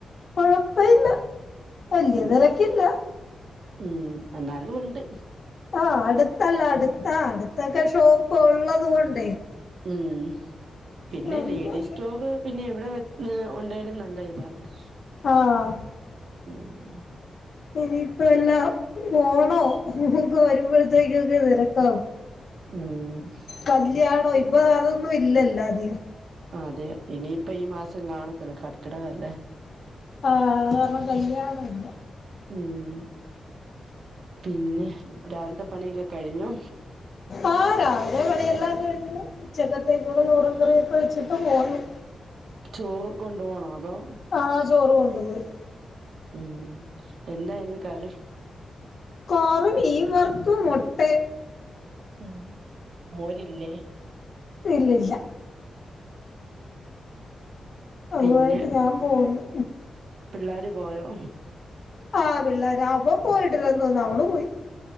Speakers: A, on the left (about 45°); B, on the right (about 60°).
A: കൊഴപ്പഇല്ല വല്യ
B: ഉം
A: തിരക്കില്ല
B: ഉം എന്നാലും ഉണ്ട്
A: ഓ അടുത്തല്ല അടുത്ത അടുത്തൊക്കെ ഷോപ്പ് ഉള്ളത് കൊണ്ട്
B: ഉം പിന്നെ
A: നല്ല
B: ലേഡീസ് സ്റ്റോറ് പിന്നെ എവിടെ ഉണ്ടേലും നല്ല ഇതല്ലേ
A: ആഹ്
B: ഉം
A: ഇനിയിപ്പോ എല്ലാ ഓണോ വരുമ്പോഴത്തേക്കൊക്കെ തിരക്കാവും
B: ഉം
A: കല്യാണം ഇപ്പൊ അതൊന്നും ഇല്ലല്ലേ ആധികം
B: ആ അതെ ഇനിയിപ്പ ഈ മാസം കാണത്തില്ല കർക്കിടവല്ലേ
A: ആഹ് അത് കാരണം കല്യാണം ഇല്ല
B: ഉം പിന്നെ രാവിലത്തെ പണിയൊക്കെ കഴിഞോ
A: ആഹ് രാവിലെ പണിയെല്ലാം കഴിഞ്ഞു ഉച്ചക്കത്തേക്കുള്ള ചോറും കറിയൊക്കെ വെച്ചിട്ട് പോന്ന്.
B: ചോറ് കൊണ്ട് പോണോ അതോ.
A: ആഹ് ചോറ് കൊണ്ടു പോയി
B: ഉം എന്തായിരുന്നു കറി
A: കറി മീൻ വർത്തു മൊട്ടെ
B: ഉം മോരില്ലേ
A: ഇല്ലില്ല അതുമായിട്ട്
B: പിന്നെ
A: ഞാൻ പോന്നു
B: പിള്ളോര് പോയോ
A: ആഹ് പിള്ളോര അവൻ പോയിട്ടില്ലന്ന് തോന്നുനു അവള് പോയി